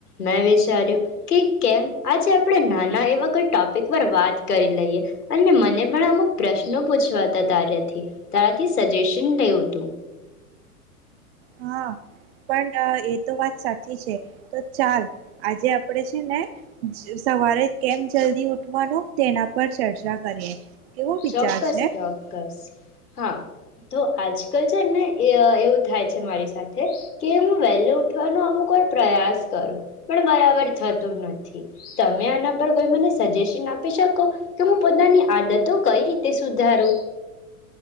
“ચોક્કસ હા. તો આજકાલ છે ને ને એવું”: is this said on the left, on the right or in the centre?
Left